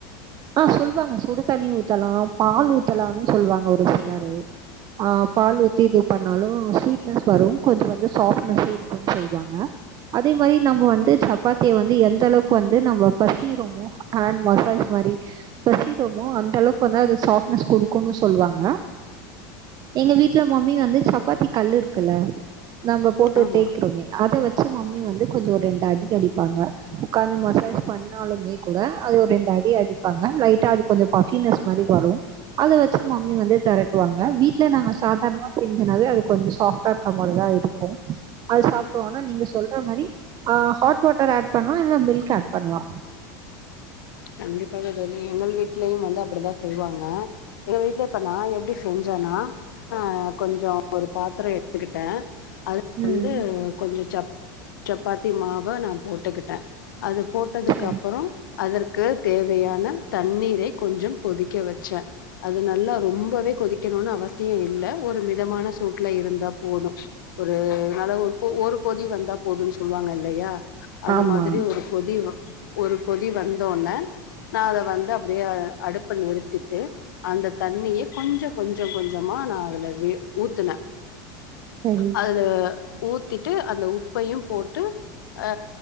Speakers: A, on the right (about 40°); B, on the left (about 80°).
A: அ சொல்லுவாங்க சுடுதண்ணி ஊத்தலா பால் ஊத்தலா சொல்லுவாங்க ஒரு சிலரு அ பால் ஊத்தி இது பண்ணாலு ஸ்வீட் ஸ்வீட்னஸ்வரும் கொஞ்சோ வந்து சாஃப்ட்னஸ் இருக்குன்னு சொல்லுவாங்க அதே மாரி நம்ம வந்து சப்பாத்திய வந்து எந்த அளவுக்கு வந்து நம்ம பெசிரோமோ ஆன் மசாஜ் மாறி பெசிரோமோ அந்த அளவுக்கு வந்து அது சாஃப்ட்னஸ் குடுக்கும்ன்னு சொல்லுவாங்க எங்க வீட்டுல மம்மி வந்து சப்பாத்தி கல்லு இருக்குல்ல நம்ம போட்டு
B: ஆமா
A: தேய்கிறோமே அத வச்சு மம்மி வந்து கொஞ்சோ ரெண்டு அடி அடிப்பாங்க ஒக்காந்து மசாஜ் பண்ணாலுமே கூட அது ஒரு ரெண்டு அடி அடிப் பாங்க லைட்டா அது கொஞ்சோ பபினஸ் மாரி வரு அத வச்சு மம்மி வந்து தெரட்டுவாங்க வீட்ல நாங்க சாதாரணமா செஞ்சனாவே அது கொஞ்சோ சாஃப்டா இருக்க மாரிதா இருக்கு அது சாப்டுவோ ஆனா நீங்க சொல்ற மாதிரி அ ஹாட் வாட்டர் ஆட் பண்ணுவ இல்ல மில்க் ஆட் பண்லா
B: கண்டிப்பாக தோழி எங்கள் வீட்லயும் வந்து அப்டிதா செய்வாங்க எங்க வீட்டு்ல இப்ப நா எப்டி செஞ்சன்னா அ கொஞ்சோ ஒரு பாத்திரோ எடுத்துக்கிட்டே அது
A: ம்
B: வந்து கொஞ்சோ சப் சப்பாத்தி மாவ நா போட்டுக்கிட்டே அது போட்டதுக்கு
A: சரி
B: அப்பறோ அதற் க்கு தேவையான தண்ணீரை கொஞ்சம் கொதிக்க வச்சே அது நல்லா ரொம்பவே கொதிக்கணும்னு அவசிய இல்ல ஒரு மிதமான சூட்டில இருந்தா போதும் ஒரு <unintelligible> ஒரு கொதி வந்தா போதும்ன்னு சொல்லுவாங்க இல்லையா அது
A: ஆமா
B: மாதிரி ஒரு கொதி ஒரு வந்தோனே நா அத வந்து அப்டியே அடுப்ப நிறுத்திட்டு அந்த தண்ணியே கொஞ்ச கொஞ்ச கொஞ்சமா நா அதுல வி ஊத்துனே
A: செரி
B: அதுல ஊத்திட்டு அந்த உப்பயு போட்டு அ